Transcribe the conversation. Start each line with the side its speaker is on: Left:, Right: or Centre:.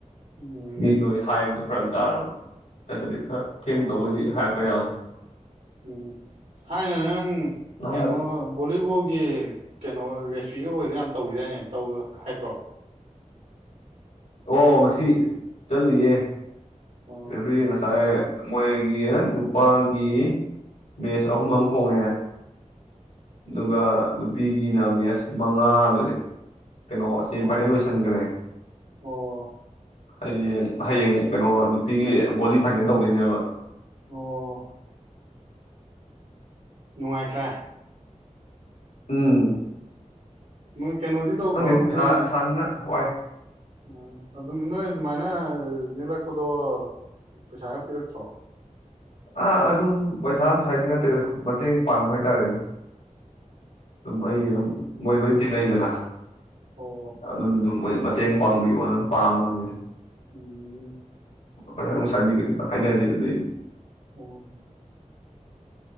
Right: ꯎꯝ
Left: ꯃꯤꯗꯣ ꯍꯦ ꯍꯥꯏꯕꯗꯣ꯫ ꯐꯔꯛ ꯇꯥꯔꯕ ꯅꯠꯇꯗꯤ ꯈꯔ ꯊꯦꯡꯅ
Right: ꯑꯣ
Left: ꯇꯧꯕꯩꯅꯤ ꯍꯥꯏ <unintelligible>
Right: ꯎꯝ ꯁꯥꯏꯅ ꯅꯪ
Left: ꯅꯍꯥꯟ
Right: ꯀꯩꯅꯣ ꯣꯂꯤꯕꯣꯜ ꯒꯤ ꯀꯩꯅꯣ ꯔꯦꯐꯤꯒ ꯑꯣꯏꯗꯅ ꯌꯥꯝ ꯇꯧꯋꯗꯥꯏꯅꯦ ꯇꯧ ꯍꯥꯏꯠꯇ꯭ꯔꯣ
Left: ꯑꯣ ꯉꯁꯤ ꯆꯠꯂꯨꯌꯦꯦ
Right: ꯑꯣ
Left: ꯐꯔꯕꯤ ꯉꯁꯥꯏ ꯃꯣꯏꯒꯤ ꯅꯨꯄꯥꯒꯤ ꯃꯦꯁ ꯑꯍꯨꯝ ꯑꯃ ꯈꯣꯡꯉꯦ ꯑꯗꯨꯒ ꯅꯨꯄꯤꯒꯤꯅ ꯃꯦꯁ ꯃꯉꯥ ꯑꯗꯨꯅꯦ ꯀꯩꯅꯣ ꯑꯁꯤꯦ
Right: ꯑꯣ
Left: ꯐꯥꯏꯅꯦꯜ ꯂꯣꯏꯁꯟꯈ꯭ꯔꯦ
Right: ꯑꯣ
Left: ꯍꯌꯦꯡ ꯍꯌꯦꯡ ꯀꯩꯅꯣ ꯅꯨꯄꯤꯒꯤ ꯕꯣꯂꯤ ꯐꯥꯏꯅꯦꯜ ꯇꯧꯗꯣꯏꯅꯦꯕ
Right: ꯑꯣ ꯅꯨꯡꯉꯥꯏꯈ꯭ꯔꯦ
Left: ꯎꯝ
Right: ꯃꯣꯏ ꯀꯩꯅꯣꯗꯤ ꯇꯧꯗ꯭ꯔꯣ
Left: ꯈꯪꯗꯦ ꯅꯨꯡꯁꯥ
Right: ꯅꯣꯏ
Left: ꯁꯥꯕꯅꯤꯅ ꯋꯥꯏ
Right: ꯎꯝ ꯑꯗꯨꯝ ꯅꯣꯏ ꯑꯗꯨꯃꯥꯏꯅ ꯅꯦꯛꯂꯛꯄꯗꯣ ꯄꯩꯁꯥꯒ ꯄꯤꯔꯛꯇ꯭ꯔꯣ
Left: ꯑꯥ ꯑꯗꯨꯝ ꯄꯩꯁꯥ ꯅꯨꯡ ꯁꯋꯥꯏꯗꯤ ꯅꯠꯇꯦꯗ ꯁꯨꯝ ꯃꯇꯦꯡ ꯄꯥꯡꯕ ꯍꯥꯏꯇꯥꯔꯦ ꯑꯗꯨꯝ ꯑꯩ ꯑꯗꯨꯝ
Right: ꯑꯣ
Left: ꯃꯣꯏ ꯂꯣꯏ ꯇꯤꯤꯟꯩꯗꯅ
Right: ꯑꯣ
Left: ꯑꯗꯨ ꯃꯇꯦꯡ ꯄꯥꯡꯕꯤꯌꯣꯅꯝ ꯄꯥꯡꯕꯅꯤꯗ
Right: ꯎꯝ
Left: ꯄꯩꯁꯥ ꯅꯨꯡꯁꯥꯒꯤ ꯀꯩꯁꯨꯗ ꯍꯥꯏꯅꯗꯦ ꯑꯗꯨꯗꯏꯗꯤ
Right: ꯎꯝ